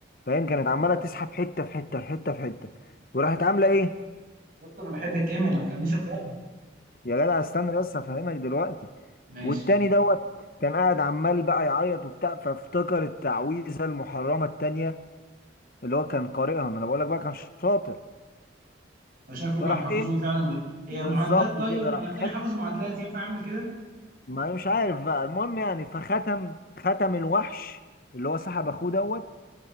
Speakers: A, on the left (about 50°); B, on the right (about 45°).
A: فاهم كانت
B: ده-
A: عماله تسحب حته في حته في حته في حته وراحت عامله ايه
B: يا اسطى انا بحب الكيمياء ما تخلينيش اكرهها
A: يا جدع استنى بس هفهمك دلوقتي
B: ماشي
A: والتاني دوت كان قاعد عمال بقى يعيط وبتاع فافتكر التعويذه المحرمه التانيه اللي هو كان قارئها ما انا بقول لك بقى كان شاطر
B: فشكله
A: فراح
B: كان حافظهم
A: ايه
B: فعلا هي
A: بالظبط
B: معادلات طيب
A: كده راح
B: انا التاني
A: خد
B: حافظ معادلات ينفع اعمل كده
A: ما أنا مش عارف بقى المهم يعني فختم ختم الوحش اللي هو سحب اخوه دوت